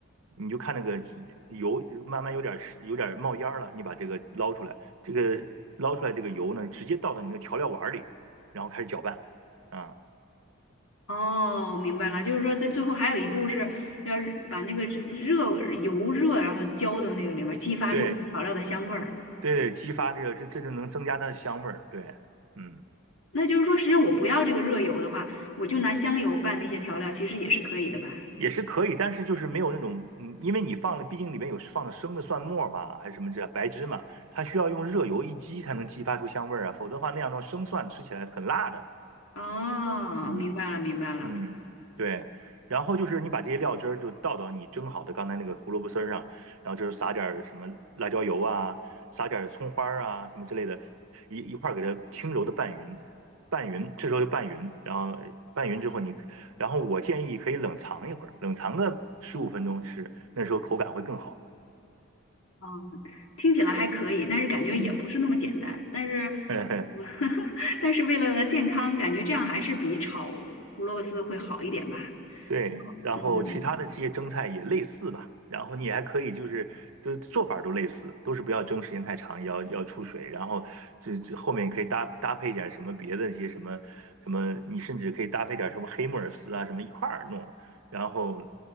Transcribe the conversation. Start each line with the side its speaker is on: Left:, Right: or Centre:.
Right: 你就看那个油慢慢有点儿有点冒烟儿了，你把这个捞出来，这个捞出来这个油呢，直接倒到你那个调料碗儿里，然后开始搅拌啊。
Left: 哦，明白了，就是说这最后还有一步是要是把那个热油热，然后浇到那个里面，激发出这个调料的香味儿。
Right: 对，对对，激发这个，这这就能增加它的香味儿。对，嗯，
Left: 那就是说，实际上我不要这个热油的话，我就拿香油拌那些调料，其实也是可以的吧？
Right: 也是可以，但是就是没有那种，嗯，因为你放了，毕竟里面有放的生的蒜末吧，还是什么这白芝麻，它需要用热油一激才能激发出香味儿啊，否则的话那样的话生蒜吃起来很辣的。
Left: 哦，
Right: 嗯。
Left: 明白了，明白了。
Right: 嗯，对，然后就是你把这些料汁儿就倒到你蒸好的刚才那个胡萝卜丝儿上，然后就是撒点儿什么辣椒油啊，撒点儿葱花儿啊什么之类的，一一块儿给它轻柔的拌匀，拌匀，这时候就拌匀，然后呃拌匀之后你，然后我建议可以冷藏一会儿，冷藏个十五分钟吃，那时候口感会更好。
Left: 嗯，听起来还可以，但是感觉也不是那么简单。
Right: 嗯，
Left: 但是，
Right: <laughs>
Left: <laughs> 但是为了健康，感觉这样还是比炒胡萝卜丝会好一点吧？
Right: 对，然后其他的这些蒸菜也类似吧，
Left: 嗯。
Right: 然后你还可以就是都做法儿都类似，都是不要蒸时间太长，要要出水，然后这这后面可以搭搭配点什么别的一些什么什么，你甚至可以搭配点什么黑木耳丝啊什么一块儿弄，然后